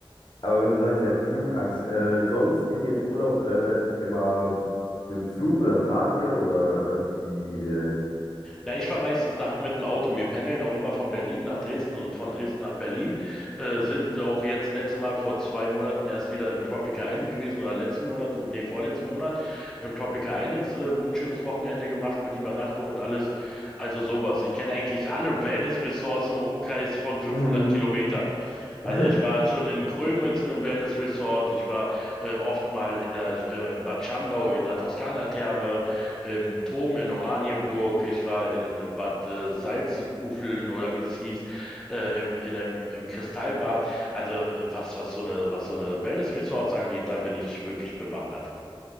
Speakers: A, on the left; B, in the centre.
A: Aber wenn du sagst, ihr habt Flugangst, äh, sonst geht ihr in Urlaub äh, immer mit dem Zug oder fahrt ihr oder ähm, wie, wie geht ihr denn?
B: Na, ich fahre meistens nach, mit dem Auto. Wir pendeln auch immer von Berlin nach Dresden und von Dresden nach Berlin. Äh, sind auch jetzt letzte Mal vor zwei Monaten erst wieder im Tropical Island gewesen oder letzten Monat, nee, vorletzten Monat im Tropical Islands äh, ein schönes Wochenende gemacht mit Übernachtung und alles. Also sowas. Ich kenne eigentlich alle Wellness-Resorts im Umkreis von 500
A: Mhm.
B: Kilometern. Also
A: <laughs>
B: ich war schon in Grömitz in einem Wellness Resort, ich war äh, oft mal in der äh, Bad Schandau in der Toskana-Therme, im Dom in Oranienburg, ich war in Bad äh, Salzufeln oder wie es hieß, äh, im, in einem, im Kristallbad. Also äh, was, was so eine, was so eine Wellness-Resorts angeht, da bin ich wirklich bewandert.